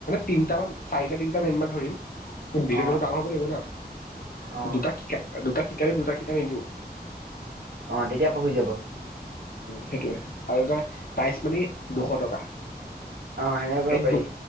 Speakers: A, on the left; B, on the right.
A: তিনিটামান চাৰিটা তিনিটা মেম্বাৰ ধৰিম। ভিডিঅ
B: অ
A: টো অলপ ডাঙৰ হ'ব লাগিব না,
B: অ
A: দুটাক শিকা দুটা ডাইৰেক্ট দুটাক শিকাই নিদিওঁ।
B: অ তেতিয়া পঢ়ি যাব
A: সেইটোয়ে আৰু তাৰ প্ৰাইচ মানি দুশ টকা।
B: অঁ সেনেকে কৰিব
A: এই
B: পাৰি।